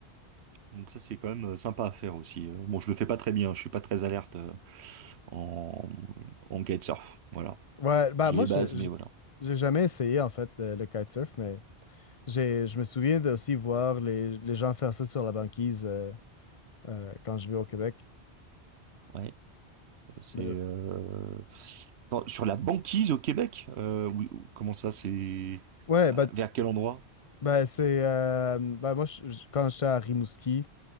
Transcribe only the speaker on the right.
Donc ça, c'est quand même euh, sympa à faire aussi. Euh, Bon, je le fais pas très bien, je suis pas très alerte euh, en, en kitesurf. Voilà.
J'ai
les
bases,
mais voilà.
Ouais, c'est
euh, Attends, sur la banquise au Québec. euh, oui, comment ça, c'est
euh,
vers quel endroit?